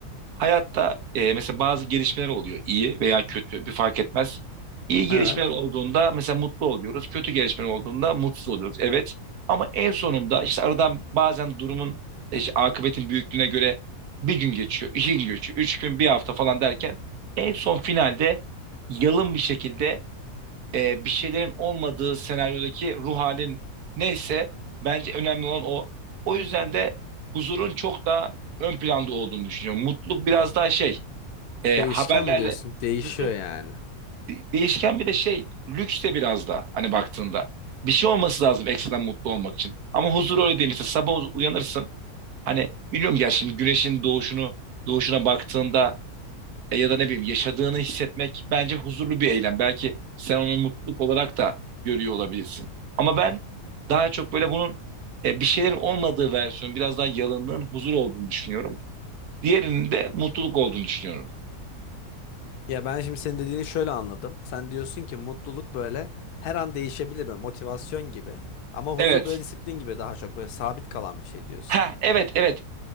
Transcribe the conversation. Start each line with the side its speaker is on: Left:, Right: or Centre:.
Right: Hayatta e, mesela bazı gelişmeler oluyor iyi veya kötü bir fark etmez. İyi gelişmeler
Left: Evet.
Right: olduğunda mesela mutlu oluyoruz. Kötü gelişmeler olduğunda mutsuz oluyoruz. Evet ama en sonunda işte aradan bazen durumun e, işte akıbetin büyüklüğüne göre bir gün geçiyor, iki gün geçiyor, üç gün, bir hafta falan derken en son finalde yalın bir şekilde e, bir şeylerin olmadığı senaryodaki ruh halin neyse bence önemli olan o. O yüzden de huzurun çok daha ön planda olduğunu düşünüyorum. Mutluluk biraz daha şey e,
Left: Değişken
Right: haberlerle
Left: mi diyorsun? Değişiyor
Right: mutluluk
Left: yani.
Right: de- değişken bir de şey lüks de biraz da hani baktığında. Bir şey olması lazım ekstradan mutlu olmak için. Ama huzur öyle değil. Mesela sabah uyanırsın hani biliyorum gerçi şimdi güneşin doğuşunu doğuşuna baktığında e, ya da ne bileyim yaşadığını hissetmek bence huzurlu bir eylem. Belki sen onu mutluluk olarak da görüyor olabilirsin. Ama ben daha çok böyle bunun e, bir şeylerin olmadığı versiyonu biraz daha yalınlığın huzur olduğunu düşünüyorum. Diğerinin de mutluluk olduğunu düşünüyorum.
Left: Ya ben şimdi senin dediğini şöyle anladım. Sen diyorsun ki mutluluk böyle her an değişebilir böyle motivasyon gibi. Ama
Right: Evet.
Left: huzur böyle disiplin gibi daha çok böyle sabit kalan bir şey diyorsun.
Right: Ha evet evet.